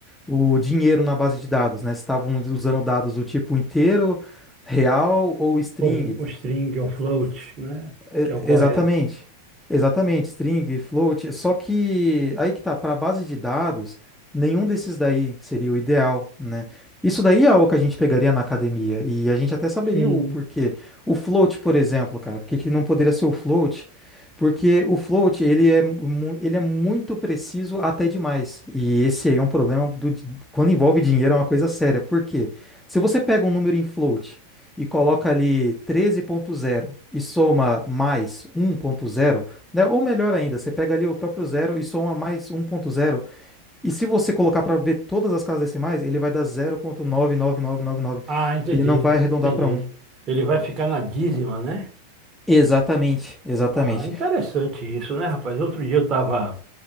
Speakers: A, in the centre; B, on the right.
A: o dinheiro na base de dados, né? Se Estavam usando dados do tipo inteiro, real ou string.
B: Ou o string, ou float, né?
A: É,
B: Que é o correto.
A: Exatamente. Exatamente, string, float. Só que aí que tá, para base de dados, nenhum desses daí seria o ideal, né? Isso daí é o que a gente pegaria na academia e a gente até saberia
B: Sim.
A: o porquê. O float, por exemplo, cara, por que que não poderia ser o float? Porque o float, ele é, mu- ele é muito preciso até demais. E esse aí é um problema do, di- quando envolve dinheiro, é uma coisa séria. Por quê? Se você pega um número em float e coloca ali 13.0 e soma mais 1.0, né? Ou melhor ainda, você pega ali o próprio zero e soma mais 1.0. E se você colocar para ver todas as casas decimais, ele vai dar 0.99999.
B: Ah, entendi,
A: Ele não vai arredondar
B: entendi.
A: para um
B: Ele vai ficar na dízima, né?
A: Exatamente, exatamente.
B: Ah, interessante isso, né, rapaz? Outro dia eu estava